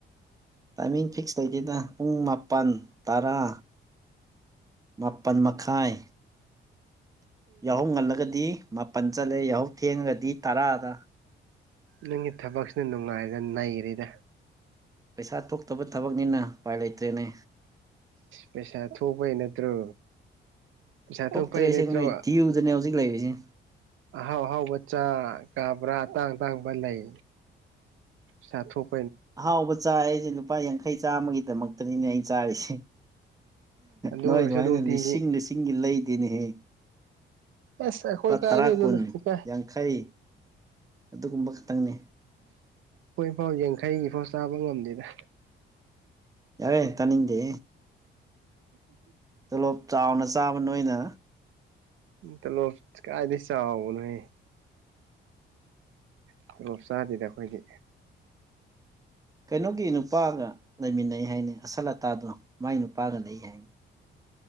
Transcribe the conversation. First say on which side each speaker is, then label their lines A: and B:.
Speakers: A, on the right (about 15°); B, on the right (about 80°).
A: ꯇꯥꯏꯃꯤꯡ ꯐꯤꯛꯁ ꯂꯩꯇꯦꯗ ꯄꯨꯡ ꯃꯥꯄꯟ ꯇꯔꯥ꯫ ꯃꯥꯄꯟ ꯃꯈꯥꯏ ꯌꯥꯍꯧ ꯉꯜꯂꯒꯗꯤ ꯃꯥꯄꯜ ꯆꯠꯂꯦ ꯌꯥꯍꯧ ꯊꯦꯡꯉꯒꯗꯤ ꯇꯔꯥꯗ꯫
B: ꯅꯪꯒꯤ ꯊꯕꯛꯁꯤꯅ ꯅꯨꯡꯉꯥꯏꯔꯒ ꯅꯩꯔꯤꯦꯗ
A: ꯄꯩꯁꯥ ꯊꯣꯛꯇꯕ ꯊꯕꯛꯅꯤꯅ ꯎꯄꯥꯏ ꯂꯩꯇ꯭ꯔꯦꯅꯦ
B: ꯄꯩꯁꯥ ꯊꯣꯛꯄ ꯍꯥꯏ ꯅꯠꯇ꯭ꯔꯣ ꯁꯥꯥ
A: ꯊꯣꯛꯇ꯭ꯔꯦ
B: ꯊ ꯄꯥꯏ
A: ꯑꯁꯦꯡꯕꯩ
B: ꯅꯠꯇ꯭ꯔꯣ
A: ꯗ꯭ꯌꯨꯗꯅꯦ ꯍꯧꯖꯤꯛ ꯂꯩꯔꯤꯁꯦ
B: ꯑꯍꯥꯎ ꯑꯍꯥꯎ ꯕꯆꯆꯥ ꯀꯕ꯭ꯔꯥ ꯇꯥꯡ ꯇꯥꯡꯕ ꯂꯩ ꯁꯥꯊꯣꯛ
A: ꯑꯍꯥꯎꯕ ꯆꯥꯏ ꯑꯩꯁꯦ ꯂꯨꯄꯥ ꯌꯥꯡꯈꯩ ꯆꯥꯝꯃꯒꯤꯗꯃꯛꯇꯅꯤꯅꯦ ꯑꯩ ꯆꯥꯔꯤꯁꯦ
B: ꯑꯗꯨ
A: ꯅꯥꯏ ꯑꯗꯨꯃꯥꯏꯅ
B: ꯑꯣꯏꯔꯁꯨ ꯅꯨꯡꯇꯤꯒꯤ
A: ꯂꯤꯁꯤꯡ ꯂꯤꯁꯤꯡꯒꯤ ꯂꯩꯗꯤꯅꯦꯍꯦ
B: ꯑꯁ ꯑꯩꯈꯣꯏ
A: ꯂꯨꯄꯥ
B: ꯀꯥꯏꯗꯩꯅꯣꯗ
A: ꯇꯔꯥ ꯀꯨꯟ
B: ꯏꯀꯥꯏ
A: ꯌꯥꯡꯈꯩ ꯑꯗꯨꯒꯨꯝꯕ ꯈꯛꯇꯪꯅꯤ
B: ꯐꯥꯎ ꯌꯥꯡꯈꯩꯒꯤꯐꯥꯎ ꯆꯥꯕ ꯉꯝꯗꯦꯗ
A: ꯌꯥꯔꯦ ꯇꯅꯤꯡꯗꯤ ꯇꯣꯂꯣꯞ ꯆꯥꯎꯅ ꯆꯥꯕ ꯅꯣꯏꯅ
B: ꯇ ꯂꯣ ꯀꯥꯏꯗꯁ ꯆꯕ ꯅꯍꯦ ꯇꯣꯂꯣꯞ ꯆꯥꯁꯤꯗ ꯑꯩꯈꯣꯏꯗꯤ
A: ꯀꯩꯅꯣꯒꯤ ꯅꯨꯄꯥꯒ ꯂꯩꯃꯤꯟꯅꯩ ꯍꯥꯏꯅꯤ ꯑꯁꯜ ꯑꯇꯥꯗꯣ ꯃꯥꯏ ꯅꯨꯄꯥꯒ ꯂꯩ ꯍꯥꯏꯅꯤ